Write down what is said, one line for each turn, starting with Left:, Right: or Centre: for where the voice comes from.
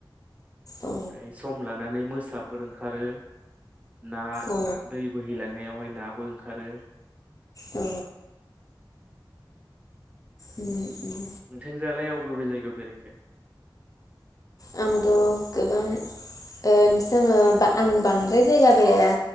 Left: औ
Right: ओमफ्राय सम लानानै मोसाफोर ओंखारो। ना
Left: औ
Right: दै बोहैलांनायावहाय नाबो ओंखारो।
Left: अ उम
Right: नोंथांजोयालाय अबे अबे जायगायाव बेरायखो?
Left: आंबोथ' गोबां ओ जोङो आं बांद्राय जायगा बेराया